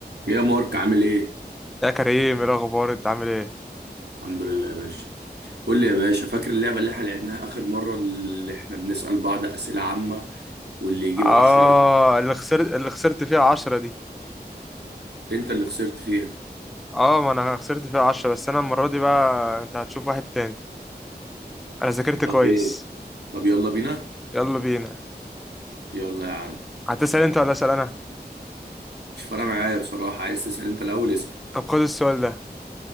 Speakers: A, on the right (about 80°); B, in the centre.
A: يا مارك عامل ايه؟
B: يا كريم ايه الاخبار انت عامل ايه
A: الحمد لله يا باشا قول لي يا باشا فاكر اللعبة اللي احنا لعبناها آخر مرة اللي احنا بنسأل بعض أسئلة عامة واللي يجيب
B: اه
A: 10
B: اللي خسرت اللي خسرت فيها عشرة دي
A: انت اللي خسرت فيها
B: اه ما انا خسرت فيها عشرة بس انا المرة دي بقى انت هتشوف واحد تاني انا ذاكرت
A: طب
B: كويس
A: ايه؟ طب يلا بينا
B: يلا بينا
A: يلا يا عم
B: هتسأل انت ولا اسأل انا
A: مش فارقة معايا بصراحة عايز تسأل انت الأول اسأل
B: طب خد السؤال ده